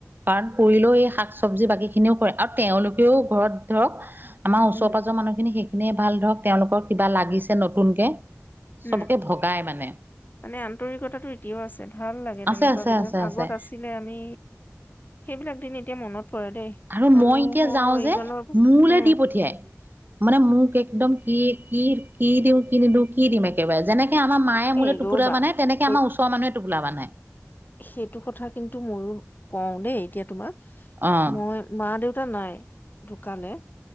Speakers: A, on the right; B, on the left.
A: কাৰণ কৰিলেও এই শাক চবজি বাকি খিনিও কৰে আৰু তেওঁলোকেও ঘৰত ধৰক। আমাৰ ওচৰ-
B: উম
A: পাজৰ মানুহখিনি সেইখিনিয়ে ভাল, ধৰক তেওঁলোকৰ কিবা লাগিছে নতুনকে।
B: উম
A: চবকে ভগাই মানে।
B: মানে আন্তৰিকটাটো এতিয়াও আছে। ভাল লাগে
A: আছে
B: তেনেকুৱা
A: আছে
B: বিলাক
A: আছে আছে
B: আগত আছিলে আমি সেইবিলাক দিন এতিয়া মনত পৰে দেই
A: আৰু
B: মানুহৰ
A: মই এতিয়া যাওঁ যে
B: ইজনৰ
A: মোলে
B: উম
A: দি পঠিয়াই। মানে মোক একদম কি-কি কি দিওঁ, কি নিদিওঁ, কি দিম একেবাৰে যেনেক হে আমা মায়ে মোলে
B: এই
A: টোপোলা
B: ৰবা
A: বান্ধে। তেনেকে
B: এই
A: আমাৰ ওচৰ মানুহে টোপোলা বান্ধে।
B: সেইটো কথা কিন্তু ময়ো কওঁ দেই এতিয়া তোমাক।
A: অ',
B: মই মা- দেউত তা নাই ঢুকালে